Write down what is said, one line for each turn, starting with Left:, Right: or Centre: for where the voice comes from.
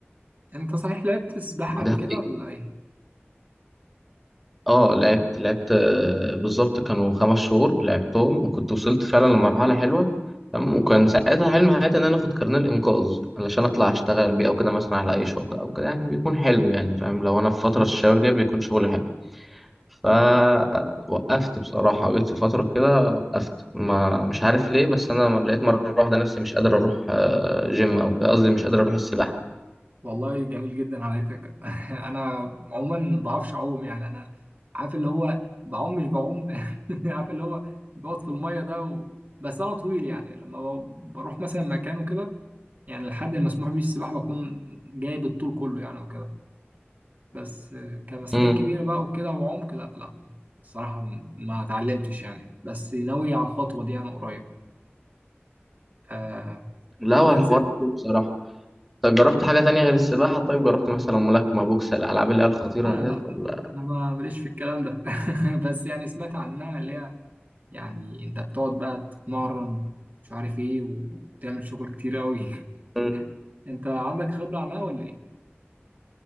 Right: انت صحيح لعبت سباحة قبل
Centre: ده حقيقي.
Right: كده ولا ايه
Centre: اه لعبت لعبت آه، بالظبط كانوا خمس شهور لعبتهم وكنت وصلت فعلا لمرحله حلوه تمام وكان ساعتها حلم حياتي ان انا اخد كارنيه الانقاذ علشان اطلع اشتغل بيه او كده مثلا على اي شاطئ او كده يعني بيكون حلو يعني فاهم لو انا في فتره الشباب دي بيكون شغل فوقفت بصراحة جيت في فترة كده وقفت ما مش عارف ليه بس أنا لقيت مرة واحدة نفسي مش قادر أروح آه، جيم أو قصدي مش قادر أروح السباحة
Right: والله جميل جدا على فكرة <laughs> انا عموما ما بعرفش اعوم يعني انا عارف اللي هو بعوم مش بعوم <laughs> عارف اللي هو بقعد في المية ده و... بس انا طويل يعني لما بروح مثلا مكان وكده يعني الحد المسموح بيه السباحة بكون جايب الطول كله يعني وكده بس آه، كمسافات
Centre: امم
Right: كبيرة بقى وكده وعمق لا لا الصراحة م- ما اتعلمتش يعني بس ناوي على الخطوة دي أنا قريب آه،
Centre: لا
Right: أنت
Centre: هو
Right: نزلت
Centre: الحوار حلو بصراحة طب جربت حاجة تانية غير السباحة طيب جربت مثلا ملاكمة بوكس الألعاب اللي هي الخطيرة
Right: لا لا
Centre: ديت
Right: لا
Centre: ولا
Right: أنا ما ماليش في الكلام ده <laughs> بس يعني سمعت عنها اللي هي يعني أنت بتقعد بقى تتمرن مش عارف إيه وتعمل شغل كتير أوي
Centre: لا
Right: <laughs> أنت عندك خبرة عنها ولا إيه؟